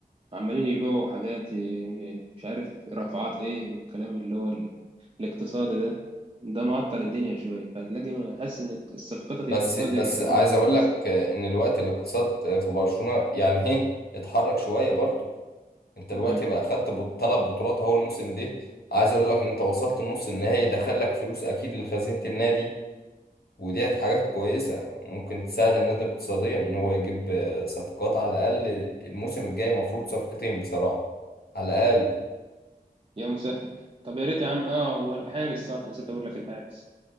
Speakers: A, on the right; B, on the left.
A: عمالين يبيعوا حاجات إيه، مش عارف رفعات إيه والكلام اللي هو ال- الاقتصادي ده ده معطل الدنيا شوية فهتلاقي حاسس إن الصفقات هتبقى
B: بس
A: في
B: بس
A: أضيق الحدود
B: عايز
A: خالص
B: اقول لك ان الوقت الاقتصاد في برشلونة يعني هي اتحرك شوية برضو انت الوقت
A: مم.
B: بقى خدت بط- ثلاث بطولات اهو الموسم ده عايز اقول لك ان انت وصلت النص النهائي دخلك فلوس اكيد لخزينة النادي ودي حاجات كويسة ممكن تساعد النادي اقتصاديا ان هو يجيب صفقات على الاقل الموسم الجاي مفروض صفقتين بصراحة على الاقل
A: يا مسهل طب يا ريت يا عم اه هو الحارس صح نسيت اقول لك الحارس